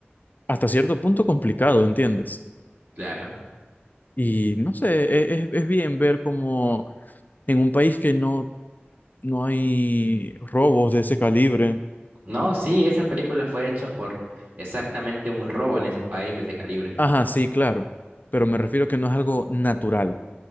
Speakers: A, on the left; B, on the right.
A: hasta cierto punto complicado, ¿entiendes?
B: claro.
A: Y no sé, e- es, es bien ver como en un país que no, no hay robos de ese calibre.
B: No, sí, esa película fue hecha por exactamente un robo en ese país de ese calibre.
A: Ajá, sí, claro, pero me refiero que no es algo natural.